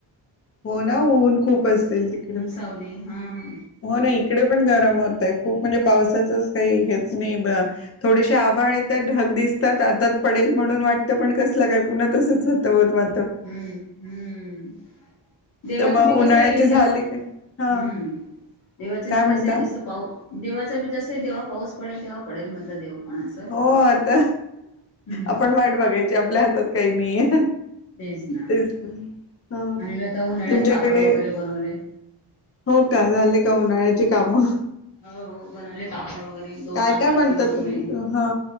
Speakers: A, on the left (about 30°); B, on the left (about 45°).
A: हो ना ऊन खूप असल तिकड.
B: चवली हां.
A: हो ना इकडे पण गरम होतय खूप म्हणजे पावसाचंच काही हेच नाही. थोडेसे आभाळ येतात ढग दिसतात आताात पडेल म्हणून वाटतं पण कसलं काय पुन्हा तसंच होतं होत वा.
B: हम्म ह हम्म. देवाचं
A: तर मग
B: बी कस
A: उन्हाळ्याचे
B: आहे जेव्हा
A: झाले
B: हम्म.
A: की हा
B: देवाच
A: काय
B: बी
A: म्हणता
B: कसं आहे जसं पाऊ देवाचा बी जसं आहे तेव्हा पाऊस पडेल तेव्हा पडेल म्हणत देव. पण असं.
A: हो आता
B: हम्म
A: आपण वाट बघायची आपल्या हातात काही नाहीय.
B: तेच ना
A: तेच हा
B: आम्ही आता उन्हाळ्यात
A: तुमच्याकडे
B: पापड वगैरे बनवले.
A: हो का झाले का उन्हाळ्याची कामं
B: हो हो बनवले पापड वगैरे गह
A: काय
B: तांदूळाचे
A: काय म्हणतात
B: बनवले.
A: तुम हा